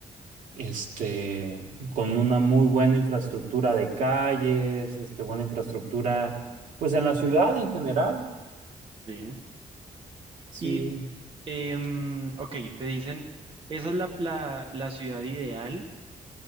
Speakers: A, on the right (about 80°); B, on the right (about 40°).
A: este, con una muy buena infraestructura de calles, este, buena infraestructura, pues en la ciudad en general.
B: Sí.
A: Sí,
B: Y, em, ok, te dicen, esa es la la- la ciudad ideal